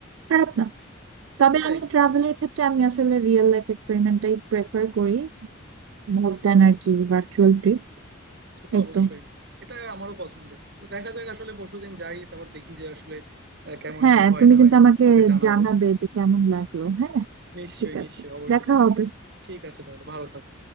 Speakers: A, on the right (about 70°); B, on the right (about 55°).
A: খারাপ না তবে
B: সেটাই
A: আমি ট্রাভেলের ক্ষেত্রে আমি আসলে রিয়েল লাইফ এক্সপেরিমেন্টটাই প্রেফার করি মোর দ্যান আর কি ভার্চুয়াল ট্রিপ
B: সে তো
A: এই
B: অবশ্যই
A: তো
B: এটা আমারও পছন্দের তো দেখা যাক আসলে পরশুদিন যাই তারপর দেখি যে আসলে আহ, কেমন
A: হ্যাঁ
B: কি হয়
A: তুমি
B: না
A: কিন্তু
B: হয়
A: আমাকে
B: তোমাকে জানাবো
A: জানাবে যে কেমন লাগলো হ্যাঁ
B: নিশ্চয়ই
A: ঠিক আছে
B: নিশ্চয়ই অবশ্যই
A: দেখা
B: জানাবো
A: হবে
B: ঠিক আছে তাহলে ভালো থাকো